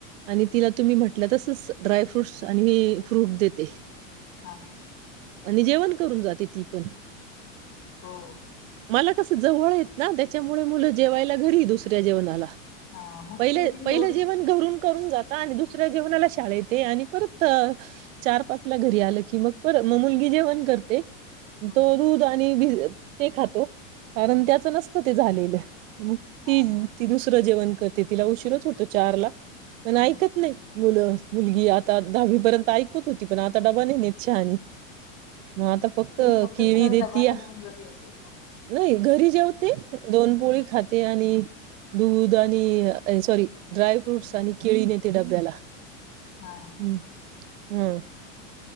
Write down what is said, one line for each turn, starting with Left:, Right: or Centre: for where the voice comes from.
Right: आणि तिला तुम्ही म्हटल्या तसच ड्राय फ्रूट्स आणि मी फ्रूट देते.
Left: हा ह.
Right: आणि जेवण करून जाते ती पण
Left: हो.
Right: मला कसं जवळ येत ना त्याच्यामुळे मुलं जेवायला घरी दुसऱ्या जेवणाला
Left: हा मग
Right: पहिले
Left: तेवढी
Right: पहिलं
Left: एवढी
Right: जेवण घरून करून जाता आणि दुसऱ्या जेवणाला शाळा येते आणि परत चार पाच ला घरी आलं की मग मग मुलगी जेवण करते.
Left: हं
Right: तो दूध आणिते खातो कारण
Left: हं
Right: त्याच नसतं ते झालेलं. मग
Left: हा
Right: ती
Left: हा
Right: ती दुसरं जेवण करते तिला उशीरत होतो चारला पण ऐकत
Left: हं
Right: नाही. मुलं मुलगी आता दहावी पर्यंत ऐकत होती पण आता डबा नाही नेत शहानी मता फक्त
Left: मोठं
Right: केळी
Left: घराला
Right: देती
Left: डबा
Right: या.
Left: घेऊन जरा येते
Right: नाही घरी जेवते दोन पोळी खाते आणि दूध आणि सॉरी ड्राय फ्रुट्स आणि केळी नेते डब्याला
Left: हा
Right: हम्म.